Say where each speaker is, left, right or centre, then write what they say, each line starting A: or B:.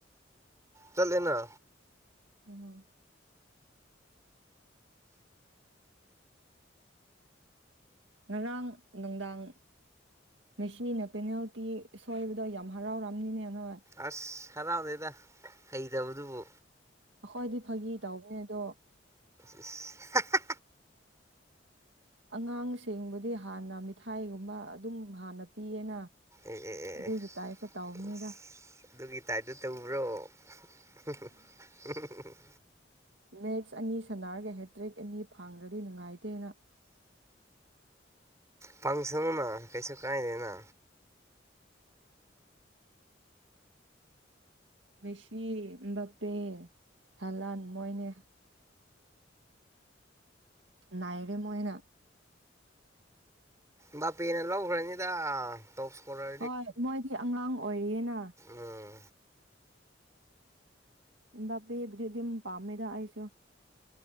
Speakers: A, on the right; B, on the right.
A: ꯆꯠꯂꯦꯅ
B: ꯑꯣꯍꯣ ꯉꯔꯥꯡ ꯅꯨꯡꯗꯥꯡ ꯃꯦꯁꯤꯅ ꯄꯦꯅꯥꯜꯇꯤ ꯁꯣꯏꯕꯗꯣ ꯌꯥꯝ ꯍꯔꯥꯎꯔꯝꯅꯤꯅꯦ ꯅꯣꯏ
A: ꯑꯁ ꯍꯔꯥꯎꯗꯦꯗ ꯍꯩꯇꯗꯨꯕꯨ
B: ꯑꯩꯈꯣꯏꯗꯤ ꯐꯥꯒꯤ ꯇꯧꯕꯅꯦ ꯑꯗꯣ
A: ꯏꯁ ꯍꯥ ꯍꯥ ꯍꯥ
B: ꯑꯉꯥꯡꯁꯤꯡꯕꯨꯗꯤ ꯍꯥꯟꯅ ꯃꯤꯊꯥꯏꯒꯨꯝꯕ ꯑꯗꯨꯝ ꯍꯥꯟꯅ ꯄꯤꯌꯦꯅ
A: ꯑꯦ ꯑꯦ ꯑꯦ
B: ꯑꯗꯨꯒꯤ
A: ꯑꯦ
B: ꯇꯥꯏꯞꯇ ꯇꯧꯕꯅꯤꯗ
A: ꯑꯁ ꯑꯗꯨꯒꯤ ꯇꯥꯏꯞꯇ ꯇꯧꯕ꯭ꯔꯣ <unintelligible>
B: ꯃꯦꯠꯁ ꯑꯅꯤ ꯁꯥꯅꯔꯒ ꯍꯦꯇ꯭ꯔꯤꯛ ꯑꯅꯤ ꯐꯪꯈ꯭ꯔꯗꯤ ꯅꯨꯡꯉꯥꯏꯇꯦꯅ
A: ꯐꯪꯁꯅꯨꯅ ꯀꯩꯁꯨ ꯀꯥꯏꯗꯦꯅ
B: ꯃꯦꯁꯤ ꯑꯝꯕꯄꯦ ꯍꯂꯥꯟ ꯃꯣꯏꯅꯦ ꯅꯥꯏꯔꯦ ꯃꯣꯏꯅ
A: ꯕꯥꯄꯦꯅ ꯂꯧꯒ꯭ꯔꯅꯤꯗ ꯇꯧꯊꯣꯔꯦ
B: ꯍꯣꯏ ꯃꯣꯏꯗꯤ ꯑꯉꯥꯡ ꯑꯣꯏꯔꯤꯌꯦꯅ
A: ꯎꯝ
B: ꯑꯦꯝꯕꯥꯞꯄꯦꯕꯕꯨꯗꯤ ꯑꯗꯨꯝ ꯄꯥꯝꯃꯦꯗ ꯑꯩꯁꯨ